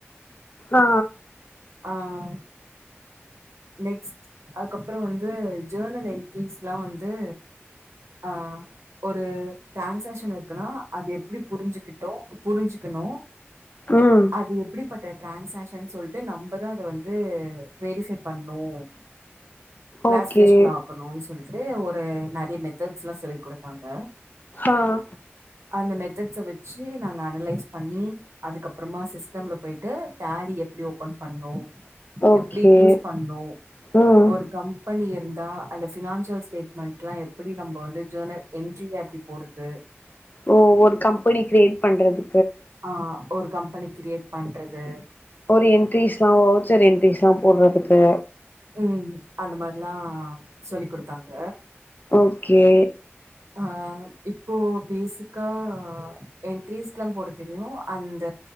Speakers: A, on the left; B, on the right.
A: ஆ
B: ஆஹ் நெக்ஸ்ட் அதுக்கப்புறம் வந்து ஜேர்னல் என்டீஸ் எல்லாம் வந்து ஆஹ் ஒரு டிரான்சாகஷன் இருக்குன்னா அது எப்படி புரிஞ்சுக்கிட்டோ புரிஞ்சுக்கணும்
A: ம்
B: அது எப்படிப் டிரான்சாஷன் சொல்லிட்டு நம்மதான் அத வந்து வெரிஃபை பண்ணனும் கிளாஸ்கேஷன்
A: ஓகே
B: ஆக்கணும்ன்னு சொல்லிட்டு ஒரு நிறைய மெ எல்லாம் சொல்லிக்கொடுத்தாங்க.
A: ஆஹ்
B: அந்த மெத்தட்ஸ வச்சு நாங்க அனலைஸ் பண்ணி அதுக்கப்புறமா சிஸ்டம்ல போயிட்டு டேலி எப்படி ஓபன் பண்ணும்
A: ஓகே
B: எப்படி யூஸ் பண்ணும்
A: ம்
B: ஒரு கம்பெனி இருந்தா அந்த பினான்சியல் ஸ்டேட்மெண்ட் எல்லாம் எப்படி நம்ம வந்து ஜர்னல் என்ட்ரில எப்படி போற்றது
A: ஓ ஒரு கம்பெனி கிரியேட் பண்றது
B: ஆஹ் ஒரு கம்பெனி கிரேட் பண்றது
A: ஒரு என்ட்ரிஸ்ல்லாம் வவுச்சர் என்ட்ரிஸ் எல்லாம் போடுறதுக்கு
B: உம் அந்த மாதிரல்லாம் சொல்லி் கொடுத்தாங்க
A: ஓகே
B: ஆஹ இப்போ பேசிக்கா என்ட்ரிஸ் எல்லாம் போட தெரியும் அந்த